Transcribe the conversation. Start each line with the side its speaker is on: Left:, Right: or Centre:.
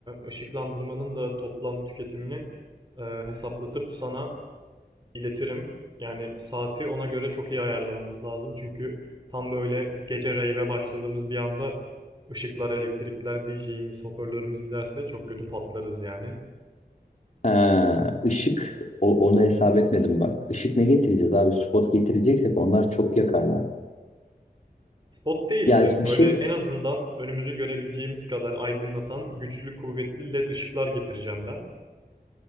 Right: ışıklandırmanın da toplam tüketimini e, hesaplatıp sana iletirim. Yani saati ona göre çok iyi ayarlamamız lazım. Çünkü tam böyle gece rave'e başladığımız bir anda ışıklar, elektrikler, DJ'imiz, hoparlörümüz giderse çok kötü patlarız yani.
Left: Ha, ışık o, onu hesap etmedim bak. Işık ne getireceğiz abi? Spot getireceksek onlar çok yakarlar.
Right: Spot değil
Left: Ya
Right: de
Left: bir
Right: böyle
Left: şey
Right: en azından önümüzü görebileceğimiz kadar aydınlatan güçlü kuvvetli led ışıklar getireceğim ben.